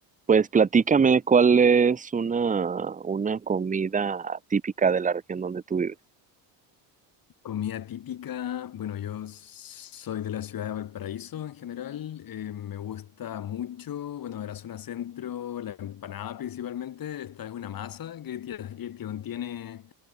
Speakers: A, on the right; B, on the left.
A: Pues platícame cuál es una, una comida típica de la región donde tú vives.
B: Comida típica, bueno, yo soy de la ciudad de Valparaíso en general, eh, me gusta mucho, bueno, de la zona centro, la empanada principalmente, esta es una masa que tie- que contiene,